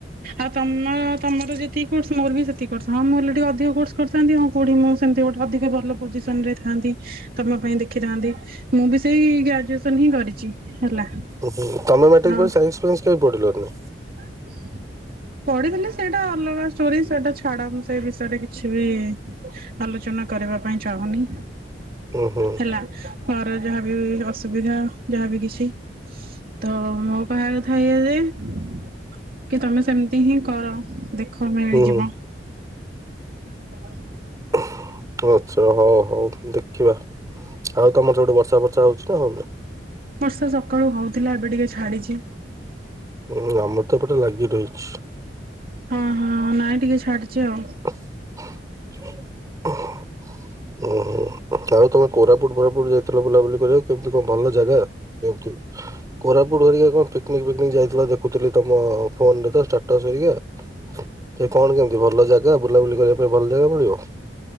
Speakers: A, on the right (about 55°); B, on the right (about 20°).
A: ଆଉ ତୋମର ତୋମର ଯ ଯେତିକି କୋର୍ସ ମୋର୍ ବି ସେତିକି କୋର୍ସ। ହଁ ମୁଁ ହେଲେ ଟିକେ ଅଧିକ କୋର୍ସ କରିଥାନ୍ତି, ହଁ କୋଉଠି ମୁଁ ସେମିତି ଗୋଟେ ଅଧିକ ଭଲ ପୋଜିସନ୍ ରେ ଥାଆନ୍ତି। ତୋମ ପାଇଁ ଦେଖିଥାନ୍ତି। ମୁଁ ବି ସେଇ ଗ୍ରାଜୁଏସନ୍ ହିଁ କରିଚି ହେଲା।
B: ଓହୋ, ତୋମେ ମେଟ୍ରିକ୍
A: ଆଉ
B: ପରେ ସାଇନ୍ସ ଫାଇନ୍ସ କାଇଁ ପ ପଢ଼ିଲନି?
A: <inaudible> ପଢ଼ିଥିଲି। ସେଇଟା ଅଲଗା ଷ୍ଟୋରୀ ସେଟା ଛାଡ଼ ମୁଁ ସେ ବିଷୟରେ କିଛି ବି ଆଲୋଚନା କରିବା ପାଇଁ ଚାହୁଁନି
B: ଉଁ ହୁଁ।
A: ହେଲା। ଘରେ ଯାହାବି ଅସୁବିଧା ଯାହା ବି କିଛି ତ ମୋ କହିବା କଥା ଏଇଆ ଯେ କି ତୋମେ ସେମିତି ହିଁ କର, ଦେଖ ମିଳିଯିବ।
B: ହୁଁ ହୁଁ
A: <unintelligible>
B: ଆଚ୍ଛା, ହଉ ହଉ ଦେଖିବା। ଆଉ ତୋମର ସେପଟେ ବର୍ଷା ଫର୍ଷା ହୋଉଛି ନା ହୋଉନି?
A: ବର୍ଷା ସକାଳୁ ହୋଉଥିଲା ଏବେ ଟିକେ ଛାଡିଛି।
B: ଉଁ, ଆମର ତ ଏପଟେ ଲାଗି ରହିଛି।
A: ହଁ, ହଁ ନାଇଁ ଟିକେ ଛାଡିଛି ଆଉ।
B: ଓଃ, ଓହୋ ଓ, ଆଉ ତୋମେ କୋରାପୁଟ୍ ଫୋରାପୁଟ୍ ଯାଇଥିଲ ବୁଲାବୁଲି କରିବା କେମିତି କଣ ଭଲ ଜାଗା? କେମିତି କୋରାପୁଟ ହେରିକା କଣ ପିକନିକ୍ ଫିକନିକ୍ ଯାଇଥିଲ ଦେଖୁଥିଲି ତୋମ ଫୋନ୍ ରେ ତ ଷ୍ଟାଟସ୍ ହେରିକା। ସେ କଣ କେମିତି ଭଲ ଜାଗା ବୁଲାବୁଲି କରିବା ପାଇଁ ଭଲ ଜାଗା ମିଳିବ?